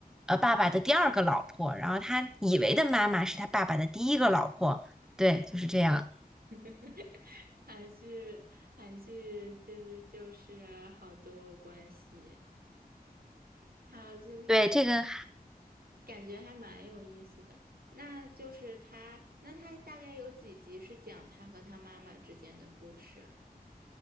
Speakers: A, in the centre; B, on the right.
A: 呃爸爸的第二个老婆，然后他以为的妈妈是他爸爸的第一个老婆。对，就是这样。
B: <laughs> 韩剧，韩剧就是就是好多关系，它就是好。
A: 对，这个。
B: 感觉还蛮有意思的。那就是他，那他大概有几集是讲他和他妈妈之间的故事啊？